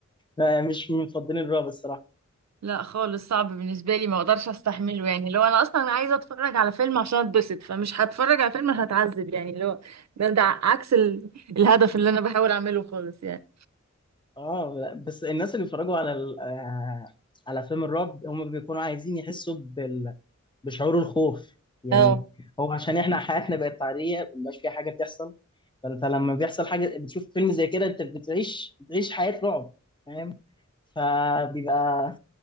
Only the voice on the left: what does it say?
آه، مش مفضلين الرعب الصراحه
اه بس الناس اللي بيتفرجوا على ال... آه، على فيلم الرعب هم بيكونوا عايزين يحسوا بال... بشعور الخوف يعني
هو عشان احنا حياتنا بقت عاديه مبقاش فيها حاجه بتحصل فانت لما بيحصل حاجه بتشوف فيلم زي كده انت بتعيش بتعيش حياه رعب فاهم فبيبقى